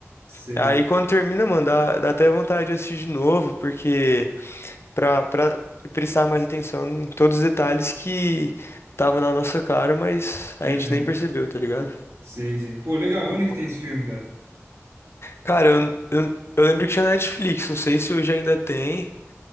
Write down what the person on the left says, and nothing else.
Aí quando termina, mano, dá, dá até vontade de assistir de novo, porque pra, pra prestar mais atenção em todos os detalhes que tava na nossa cara, mas a
gente nem percebeu, tá ligado?
Muito
bom.
Cara, eu, eu, eu lembro que tinha na Netflix, não sei se hoje ainda tem,